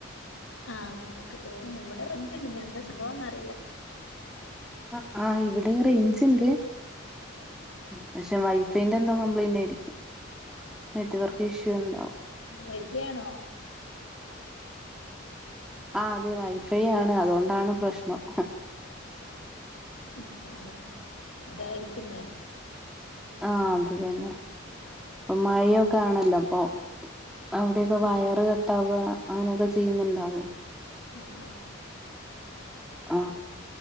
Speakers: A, on the left; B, in the centre.
A: ആ.. എനിക്ക്തോന്നി ഇവിടെ റെയ്ഞ്ചുണ്ട്. ഇനിയെന്താ സംഭവമെന്നറിയില്ല
B: ആ.. ആ.. ഇവിടെ റേഞ്ചുണ്ട്, പക്ഷേ വൈഫൈന്റെ എന്തോ കംപ്ലൈയിന്റായിരിക്കും. നെറ്റുവർക്കിഷ്യൂ ഉണ്ടാവും.
A: വൈഫൈയാണോ,
B: ആ.. അതെവൈഫൈയാണ്. അതുകൊണ്ടാണ്പ്രശ്നം.
A: അ.. ഹാ അതായിരിക്കുമെന്നാല്
B: ആ.. അതുതന്നെ ഇപ്പൊമഴയൊക്കെ യാണല്ലോ, അപ്പൊ അവിടെയൊക്കെ വയറ്
A: ആഹ്
B: കട്ടാവുക. അങ്ങനെയൊക്കെ ചെയ്യുന്നുണ്ടാവോ
A: അ.. അ..
B: ആ..